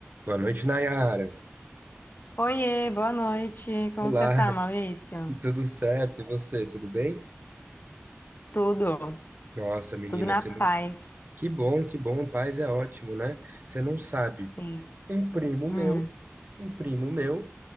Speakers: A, on the right (about 45°); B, on the left (about 45°).
A: Boa noite, Nayara.
B: Oiê, boa noite. Como
A: Olá,
B: você
A: <laughs>
B: tá, Maurício?
A: tudo certo? E você, tudo bem?
B: Tudo,
A: Nossa, menina,
B: tudo na
A: você
B: paz.
A: não. Que bom, que bom, paz é ótimo, né? Você não sabe.
B: Sim.
A: Um primo
B: Hum,
A: meu, um primo meu,